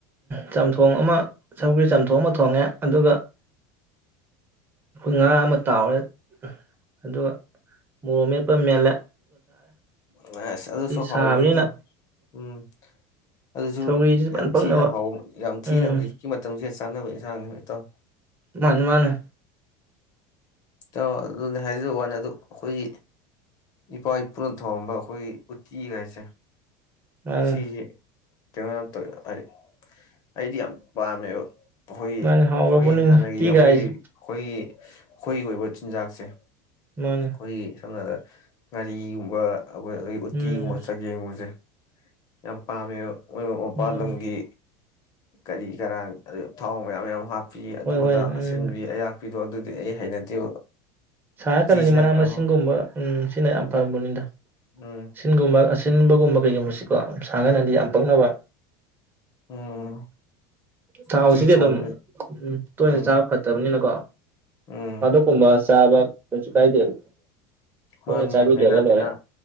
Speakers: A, on the right; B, on the left.
A: ꯆꯝꯊꯣꯡ ꯑꯃ ꯁꯧꯒꯔ꯭ꯤ ꯆꯝꯊꯣꯟ ꯑꯃꯥ ꯊꯣꯉꯏ ꯑꯗꯨꯒꯥ ꯉꯥ ꯑꯃꯥ ꯌꯥꯑꯣꯔꯦ ꯑꯗꯣ ꯃꯣꯃꯦ ꯃꯦꯟꯂꯦ
B: ꯎꯁ ꯑꯗꯨꯁꯨ ꯍꯥꯎꯕꯅꯤ
A: ꯁꯥꯕꯅꯤꯅ
B: ꯏꯇꯥꯎ ꯎꯝ ꯑꯗꯨꯁꯨ
A: ꯁꯧꯒ꯭ꯔꯤꯁꯤ ꯐꯟ
B: ꯌꯥꯝ
A: ꯄꯛꯅꯕ
B: ꯊꯤꯅ ꯍꯥꯎ ꯌꯥꯝ ꯊꯤꯅ
A: ꯎꯝ
B: ꯍꯧꯖꯤꯛꯀꯤ ꯃꯇꯝ <unintelligible> ꯆꯥꯟꯅꯕ ꯏꯟꯁꯥꯡꯅꯤ ꯏꯇꯥꯎ
A: ꯃꯥꯅꯦ ꯃꯥꯅꯦ
B: ꯏꯇꯥꯎ ꯑꯗꯨꯅꯦ ꯍꯥꯏꯖ ꯋꯥꯅꯦ ꯑꯗꯣ ꯑꯈꯣꯏ ꯏꯄꯥ ꯏꯄꯨꯅ ꯊꯣꯡꯉꯝꯕ ꯑꯈꯣꯏ ꯎꯇꯤ ꯒꯥꯏꯁꯦ
A: ꯃꯥꯅꯦ
B: ꯁꯤꯁꯦ ꯀꯩꯅꯣꯌꯥꯝ ꯇꯧ ꯍꯥꯏ ꯑꯩꯗꯤ ꯌꯥꯝ ꯄꯥꯝꯃꯦꯕ ꯑꯈꯣꯏꯒꯤ
A: ꯃꯥꯅꯦ ꯍꯥꯎꯔꯕꯅꯤꯅ
B: ꯑꯈꯣꯏ ꯍꯥꯟꯅꯒꯤ
A: ꯎꯇꯤꯒꯥꯏꯁꯦ
B: ꯑꯈꯣꯏꯒꯤ ꯑꯈꯣꯏꯒꯤ ꯑꯩꯈꯣꯏꯒꯤ ꯑꯣꯏꯕ ꯆꯤꯟꯖꯥꯛꯁꯦ
A: ꯃꯥꯅꯦ
B: ꯈꯣꯏꯒꯤ ꯁꯝꯅ ꯍꯥꯏꯔꯕꯗ ꯉꯔꯤꯒꯨꯝꯕ ꯑꯈꯣꯏ ꯑꯗꯒꯤ ꯎꯠꯇꯤꯒꯨꯝꯕ
A: ꯎꯝ
B: ꯆꯒꯨꯝꯕꯁꯦ ꯌꯥꯝ ꯄꯥꯃꯦꯕ ꯃꯣꯏ ꯃꯄꯥꯟ
A: ꯎꯝ
B: ꯂꯝꯒꯤ ꯀꯔꯤ ꯀꯔꯥꯡ ꯊꯥꯎ ꯃꯌꯥꯝ ꯌꯥꯝꯌꯥꯝ ꯍꯥꯞ ꯄꯤ ꯑꯗꯨꯗ
A: ꯍꯣꯏ ꯍꯣꯏ ꯎꯝ
B: ꯑꯁꯤꯟꯕꯤ ꯑꯌꯥꯛꯄꯤꯗꯣ ꯑꯗꯨꯗꯤ ꯑꯩ ꯍꯩꯅꯗꯦꯕ
A: ꯁꯥ
B: ꯎꯇꯤꯁꯤꯅ
A: ꯀꯥꯟꯅꯅꯤ ꯃꯅꯥ
B: ꯈꯔ
A: ꯃꯁꯤꯡꯒꯨꯝꯕ
B: ꯍꯥꯎꯋꯤ
A: ꯎꯝ ꯁꯤꯅ ꯌꯥꯝ ꯐꯕꯅꯤꯗ
B: ꯎꯝ
A: ꯁꯤꯟꯒꯨꯝꯕ ꯑꯁꯤꯟꯕꯒꯨꯝꯕ <unintelligible> ꯀꯣ ꯁꯥꯒꯟꯗꯤ
B: ꯎꯝ
A: ꯌꯥꯝ ꯄꯛꯅꯕ
B: ꯎꯝ
A: ꯊꯥꯎꯁꯤꯗꯤ
B: ꯎꯇꯤ ꯊꯣꯡꯕ
A: ꯑꯗꯨꯝ ꯇꯣꯏꯅ
B: ꯎꯝ
A: ꯆꯥꯕ ꯐꯠꯇꯕꯅꯤꯅꯀꯣ
B: ꯎꯝ
A: ꯑꯗꯨꯒꯨꯝꯕ ꯀꯩꯁꯨ ꯀꯥꯏꯗꯦꯕ
B: ꯃꯥꯅꯤ
A: ꯇꯣꯏꯅ ꯆꯥꯕꯤꯗ꯭ꯔꯒ
B: ꯂꯥꯏꯅꯥ
A: ꯂꯣꯏꯔꯦ
B: ꯇꯤꯟꯅꯥ